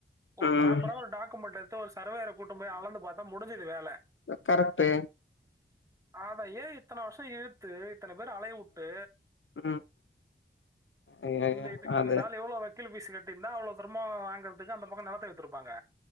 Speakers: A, on the right (about 15°); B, on the left (about 75°).
A: ஓ
B: ம்
A: ப்ராப்பரா ஒரு டாக்குமெண்ட் எடுத்து ஒரு சர்வேையர கூட்டு போய் அளந்து பாத்தா முடிஞ்சுது வேல
B: கரெக்டு
A: அத ஏ இத்தன வருஷ இழுத்து இத்தன பேர அலய வுட்டு
B: ம் ஐயையோ
A: இந்த இந்த
B: அது
A: இந்தாள் எவ்ளோ வட் கில் பீசு கட்டிருந்தா அவ்ளோ சிரம வாங்கறதுக்கு அந்த பக்க நெலத்த வித்துருப்பாங்க